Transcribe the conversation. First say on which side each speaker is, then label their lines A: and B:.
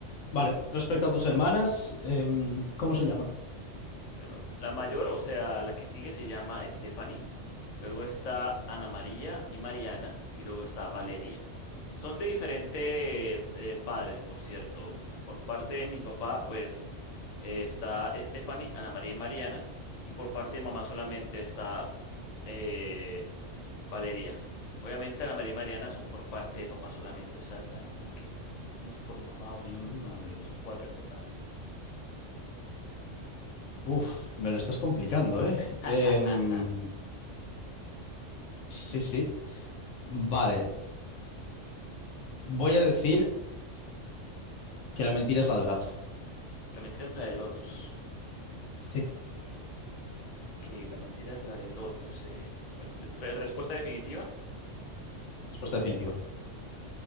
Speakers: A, on the left; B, on the left.
A: Vale, respecto a tus hermanas, em, ¿cómo se llaman?
B: Bueno, la mayor, o sea, la que sigue se llama Stephanie, luego está Ana María y Mariana, y luego está Valeria. Son de diferentes eh, padres, por cierto. Por parte de mi papá, pues eh, está Stephanie, Ana María y Mariana, y por parte de mamá solamente está eh, Valeria. Obviamente Ana María y Mariana son por parte de papá solamente, o sea, están como que unos por mamá, otros
A: Mm.
B: por papá, pero son cuatro en total.
A: Uf, me lo estás complicando, ¿eh?
B: <laughs>
A: Em, sí, sí. Vale, voy a decir que la mentira es la del gato.
B: La mentira es la de Lotus.
A: Sí,
B: Ok, la mentira es la de Lotus, ¿eh? Bueno, de- eh, respuesta definitiva.
A: respuesta definitiva.